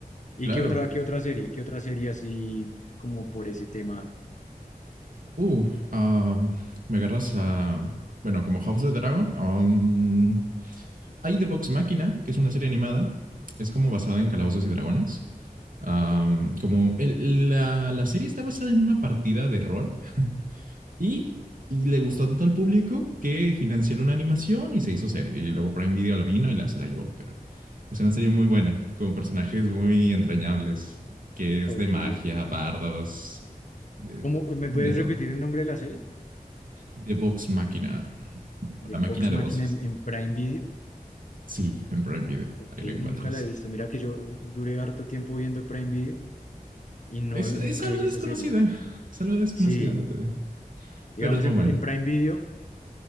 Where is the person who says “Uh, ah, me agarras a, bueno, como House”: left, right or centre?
Right